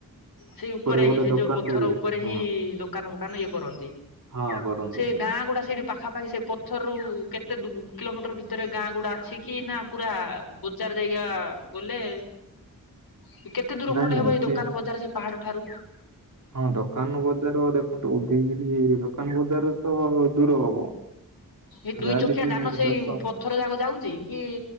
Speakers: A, on the left; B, on the right.
A: ସେଇ ଉପରେ
B: ଗୋଟେ
A: ହିଁ ସେ
B: ଦୋକାନଟେ
A: ଯଉ ପଥର
B: ବି ଅଛି
A: ଉପରେ
B: ହଁ
A: ହିଁ ଦୋକାନ ଫୋକାନ ଇଏ କରନ୍ତି।
B: ହଁ କରନ୍ତି।
A: ସେ ଗାଁ ଗୁଡ଼ା ସେଇଠି ପାଖାପାଖି ସେ ପଥରରୁ କେତେ ଦୂ- କିଲୋମିଟର ଭିତରେ ଗାଁ ଗୁଡ଼ା ଅଛି କି ନା ପୁରା ବଜାର୍ ଯାଇ କା ଗଲେ କେ କେତେ ଦୂରଖଣ୍ଡେ
B: ନାଇଁ ନାଇଁ
A: ହେବ ଏଇ ଦୋକାନ
B: ସେ
A: ବଜାର ସେଇ ପାହାଡ଼ ଠାରୁ?
B: ହଁ ଦୋକାନ ବଜାର ଦେଖନ୍ତୁ <unintelligible> ଦୋକାନ ବଜାରରେ ତ ଦୂର ହବ।
A: ଏ ଦୁଇ
B: ଯାହାହେଲେ
A: ଚକିଆ
B: ବି
A: ଯାନ ସେଇ
B: ଦଶ
A: ପଥର ଯାକ ଯାଉଚି କି